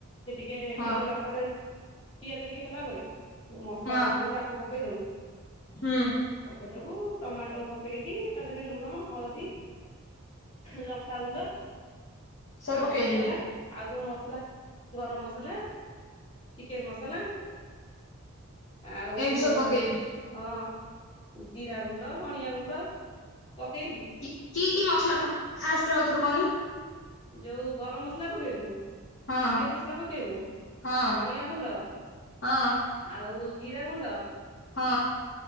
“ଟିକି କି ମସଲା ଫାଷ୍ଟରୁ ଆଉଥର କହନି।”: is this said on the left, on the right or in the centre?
Left